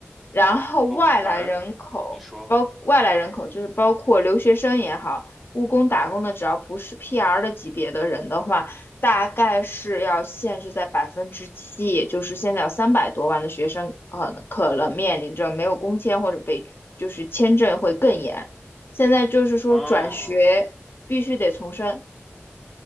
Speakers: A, on the left; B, in the centre.
A: 然后外来人口包外来人口就是包括留学生也好。
B: OK。你说，
A: 务工打工的，只要不是 PR 的级别的人的话，大概是要限制在百分之七，也就是现在有三百多万的学生，呃，可能面临着没有工签或者被就是签证会更严。现在就是说转学必须得重申，
B: 啊。